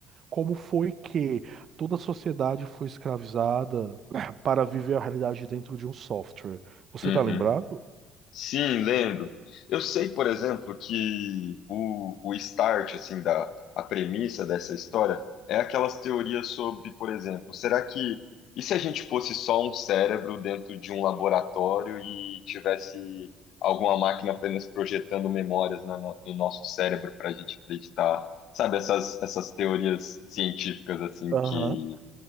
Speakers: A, on the right (about 50°); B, on the left (about 65°).
A: Como foi que toda a sociedade foi escravizada <laughs> <clears throat> para viver a realidade dentro de um software? Você
B: uhum.
A: tá lembrado?
B: Sim, lembro. Eu sei, por exemplo, que o, o start, assim, da, a premissa dessa história é aquelas teorias sobre, por exemplo, será que, e se a gente fosse só um cérebro dentro de um laboratório e tivesse alguma máquina apenas projetando memórias na no, no nosso cérebro para a gente acreditar? Sabe, essas, essas teorias científicas, assim,
A: Aham.
B: que